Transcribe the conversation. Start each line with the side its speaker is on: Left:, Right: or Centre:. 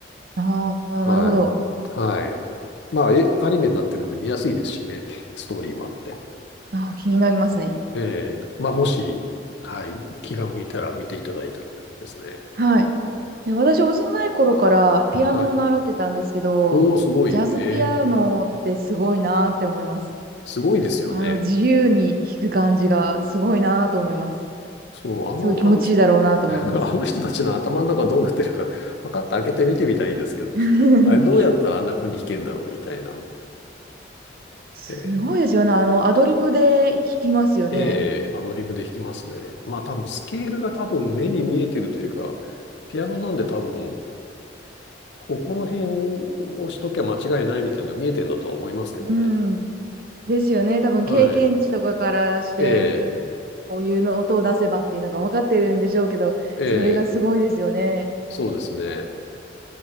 Right: ああ、
Left: はい。
Right: なるほど。
Left: はい。まあ、え、アニメになってるんで見やすいですしね。ストーリーもあって。
Right: ああ、気になりますね。
Left: ええまあ、もし、はい。気が向いたら見ていただいたらってことですね。
Right: はい。で、私、幼い頃からピアノを習ってたんですけど、
Left: はい。おー、すごい。
Right: ジャズピアノってすごいなーって思います。
Left: ええすごいですよね。
Right: あの、自由に弾く感じがすごいなと思います。
Left: そう、あの、
Right: すごい気持ちいいだろうなと思います。
Left: あの人、<laughs> あの人たちの頭の中どうなってるか、パカッと開けて見てみたいんですけど、
Right: <laughs>
Left: あれどうやったらあんな風に弾けんだろうみたいな。
Right: すごいですよね。
Left: ええ
Right: あの、アドリブで弾きますよね。
Left: ええアドリブで弾きますね。まあ多分スケールが多分目に見えてるというか、ピアノなんで多分ここの辺をしときゃ間違いないみたいなのが見えてるんだとは思いますけどね。
Right: うん。ですよね。多分経験値とかからして、
Left: はい。ええ、
Right: こうこういうの音を出せばっていうのが分かってるんでしょうけど、
Left: ええ、
Right: それがすごいですよね。
Left: そうですね。